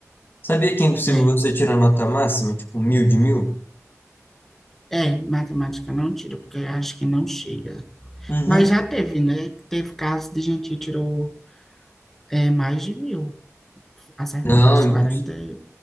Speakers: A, on the left; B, in the centre.
A: Sabia que é impossível
B: É,
A: você tirar nota máxima, tipo mil de mil?
B: é, matemática não tira, porque eu acho que não chega.
A: Uhum.
B: Mas já teve, né? Teve casos de gente que tirou é, mais de mil, acertando
A: Não,
B: as quarenta
A: imposs-
B: e